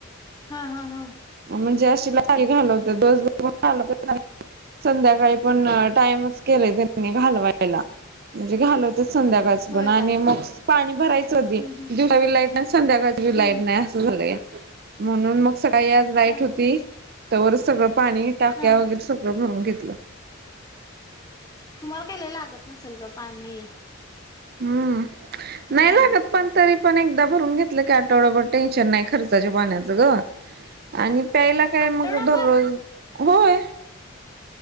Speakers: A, on the left; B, on the right.
A: हा हा हा.
B: म्हणजे अशी लाईट घालवतात, दिवसभर पण घालवतात आणि संध्याकाळी पण टाईमच केलाय त्यांनी घालवायला म्हणजे घालवतेच संध्याकाळचं
A: होय
B: पण आणि
A: काय
B: मग पाणी भरायचं कधी
A: हम्म
B: दिवसा पण लाईट संध्याकाळची बी
A: हम्म
B: लाईट नाही असं झालंया. म्हणून मग सकाळी आज लाईट
A: हम्म हा
B: होती
A: हा हा
B: तवरच सगळं पाणी टाक्या
A: हा
B: वगैरे सगळं भरून घेतलं.
A: तुम्हाला काही लई लागत नसलं ग पाणी?
B: हम्म
A: होय
B: नाही
A: की
B: लागत पण तरी पण एकदा भरून घेतलं की, आठवडा भर टेन्शन नाही खर्चाच्या पाण्याचं ग. आणि प्यायला काय
A: आठवडाभर
B: मग दररोज, होय.